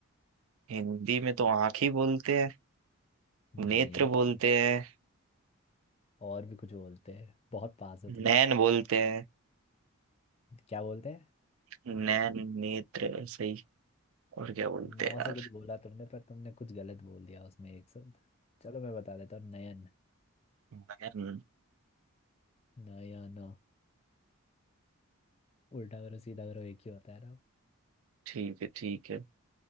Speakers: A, on the right (about 70°); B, on the left (about 30°).
A: हिंदी में तो आंख ही बोलते हैं नेत्र
B: नहीं
A: बोलते हैं
B: और भी कुछ बोलते हैं बहुत पास हो तुम
A: नैन बोलते हैं
B: क्या बोलते हैं
A: नैन नेत्र ऐसे ही और क्या बोलते
B: नौ
A: हैं यार
B: से कुछ बोला तुमने पर तुमने कुछ गलत बोल दिया उसमें एक शब्द चलो मैं बता देता हूँ नयन
A: नैन
B: नयन उल्टा करो सीधा करो एक ही होता है ना
A: ठीक है ठीक है